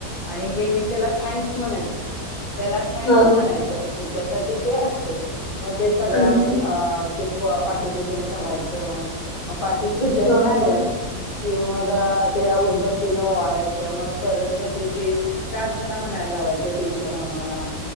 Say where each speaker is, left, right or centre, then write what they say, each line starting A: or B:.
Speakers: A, on the left; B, on the left.
A: आणि हे मी त्याला थँक्स म्हणायचं. त्याला थँक्स
B: हा हा.
A: म्हणायचं, हेच्यासाठी ते असते. मग ते सगळं
B: अच्छा
A: आम्ही ते, प- पाटीपूजन करायचं, मग पाटीपूजन
B: हा
A: झालं.
B: हा
A: कि मग त्याला उदबत्तीन ओवाळायचं मग, सरस्वतीची. प्रार्थना म्हणायला लावायच्या टीचर आम्हाला.